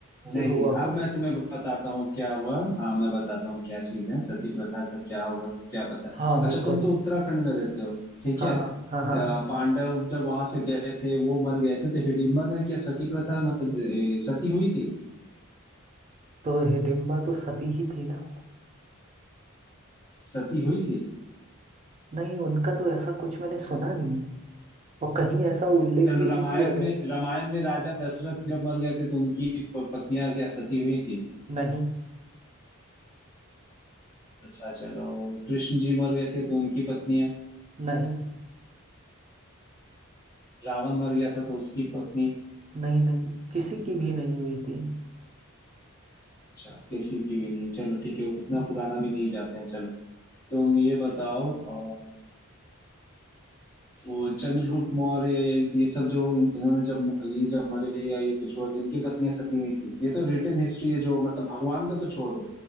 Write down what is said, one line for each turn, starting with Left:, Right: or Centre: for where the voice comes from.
Left: नहीं
Right: ये हुआ
Left: अब
Right: कर
Left: मैं तुम्हें बताता हूँ क्या हुआ हाँ मैं बताता हूँ क्या चीज है सती प्रथा का क्या हुआ क्या पता है
Right: हाँ
Left: अच्छा
Right: बिल्कुल
Left: तुम तो उत्तराखंड में रहते हो ठीक
Right: हाँ
Left: है अ,
Right: हाँ हाँ हाँ
Left: पांडव जब वहां से गए थे वो मर गए थे तो हिडिंबा ने क्या सती प्रथा मतलब ए, सती हुई थी
Right: तो हिडिम्बा तो सती ही थी ना
Left: सती हुई थी
Right: नहीं उनका तो ऐसा कुछ मैंने सुना नहीं और कहीं ऐसा उल्लेख
Left: चलो
Right: भी नहीं
Left: रामायण
Right: किया
Left: में
Right: गया
Left: रामायण में राजा दशरथ जब मर गए थे तो उनकी प- पत्नियां क्या सती हुई थी
Right: नहीं
Left: अच्छा चलो कृष्ण जी मर गए थे तो उनकी पत्नियां
Right: नहीं
Left: रावण मर गया था तो उसकी पत्नी
Right: नहीं नहीं किसी की भी नहीं हुई थी
Left: अच्छा किसी की भी नहीं चलो ठीक है उतना पुराना भी नहीं जाते हैं चलो तुम ये बताओ अ, वो चंद्रगुप्त मौर्य या या ये सब जो इन, इन्होंने जब ये जब मरे या ये कुछ हुआ तो इनकी पत्नियां सती हुई थी ये तो रिटर्न हिस्ट्री है जो मतलब भगवान का तो छोड़ दो